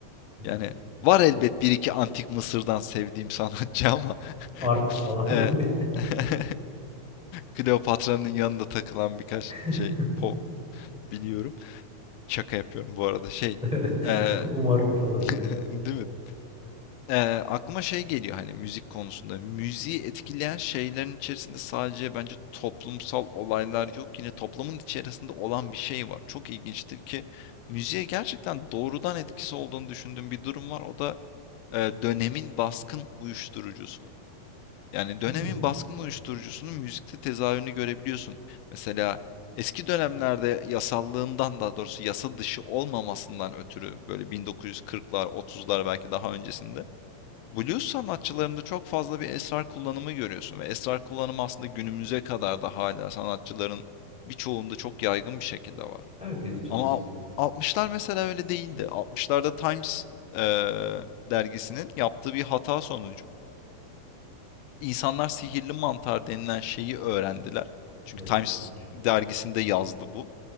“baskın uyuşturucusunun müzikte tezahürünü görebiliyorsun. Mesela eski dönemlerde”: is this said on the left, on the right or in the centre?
Left